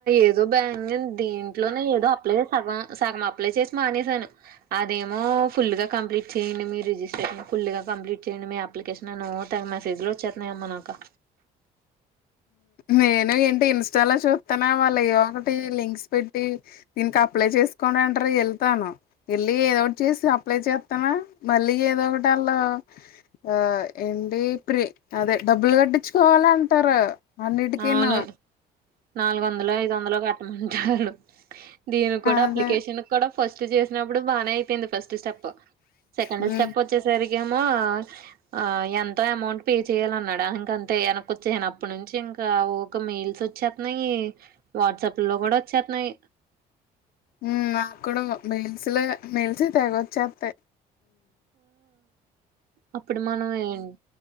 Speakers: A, on the right; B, on the left.
A: ఏదో బ్యాం దీంట్లోనే ఏదో అప్లై సగం సగం అప్లై చేసి మానేసాను. అదేమో ఫుల్గా కంప్లీట్ చేయ్యండి మీ రిజిస్ట్రేషన్ ఫుల్ గా కంప్లీట్ చేయండి మీ అ అప్లై చేసినాను తెగ మెసేజ్లో వచ్చేస్తున్నాయ అమ్మా నాకు.
B: నేను ఏంటి ఇన్స్టాలో చూస్తాన్న వాళ్ళువి ఒకటి లింక్స్ పెట్టి. దీనికి అప్లై చేసుకోని అంటారు వెళ్తాను. వెళ్ళి ఏదో ఒకటి చేసి అప్లై చేస్తున్న మళ్ళీ ఏదో ఒకటి వాళ్ళ. ఆ ఏంటి ప్రీ అదే డబ్బులు కట్టించుకోవాలి అంటారు అన్నిటికిను
A: అవును నాలుగు వందలు ఐదు వందలు కట్టమంటారు దీని కూడా
B: అదే
A: అప్లికేషన్ కూడ ఫస్ట్ చేసినప్పుడు బానే అయిపోయింది first step second
B: hmm
A: step వ వచ్చేసరికేమో ఆ ఎంతో అమౌంట్ పే చేయ్యాల అన్నాడా ఇంక అంతే వెనకి వచ్చేసిన అప్పటి నుంచి ఇం క ఒక మెయిల్స్ వచ్చేస్తున్నాయి వాట్సాప్ లో కూడా వచ్చేస్తున్నాయి
B: ఉ నాకుడ మెల్సు లే మెల్స్ తెగొచ్చేస్తాయి
A: అప్పుడు మనం ఏం